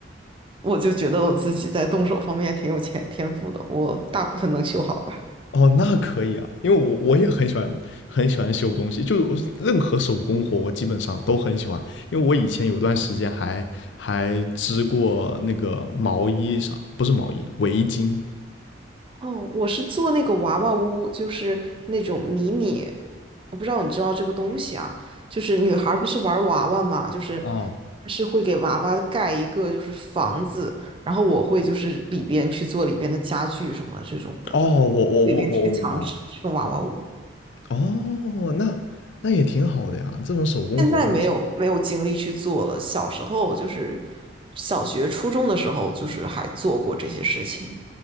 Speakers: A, on the right; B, on the left.
A: 我就觉得我自己在动手方面还挺有天天赋的，我大部分能修好吧。
B: 哦，那可以啊，因为我我也很喜欢很喜欢修东西，就我任何手工活我基本上都很喜欢，因为我以前有段时间还还织过那个毛衣啥，不是毛衣，围巾。
A: 哦，我是做那个娃娃屋，就是那种迷你，我不知道你知道这个东西啊，就是女孩儿不是玩娃娃嘛，就是
B: 啊，
A: 是会给娃娃盖一个就是房子，然后我会就是里边去做里边的家具什么这种的，
B: 哦，我我我我我明白了。
A: 里边贴墙纸这种娃娃屋，
B: 哦，那那也挺好的呀，这种手工活呢，
A: 现在没有没有精力去做了，小时候就是小学初中的时候就是还做过这些事情，